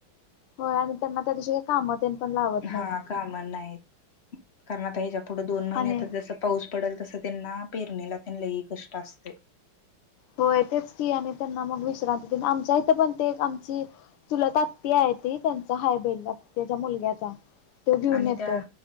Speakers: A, on the left; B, on the left.
A: होय आणि त्यांना त्यादिवशी काही कामं तेन पण लावत नाहीत
B: हा काम नाहीत कारण आता ह्याच्या पुुढं दोन महिन्यात
A: आणि
B: जसं पाऊस पडल तसं त्यांना पेरणीला तेन लय कष्ट असतय
A: होय तेच कि आणि त्यांना मग विश्रांती हो आमच्या इथे पण ते आमची चुलत आत्ती आहे हाय ती त्यांचा हाय बैल आत्याच्या मुलग्याचा तो घेऊन
B: आणि
A: येतोय
B: त्या